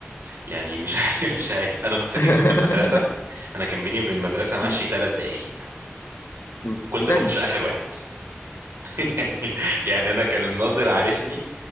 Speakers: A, on the right (about 80°); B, on the left (about 75°).
A: يعني مش <laughs> عارف مش عارف انا كنت ساكن
B: <laughs>
A: جنب المدرسه انا كان بيني وبين المدرسه ماشي
B: مم.
A: ثلاث دقائق
B: مم.
A: كنت
B: زي
A: بخش اخر واحد <laughs> يعني يعني انا كان الناظر عارفني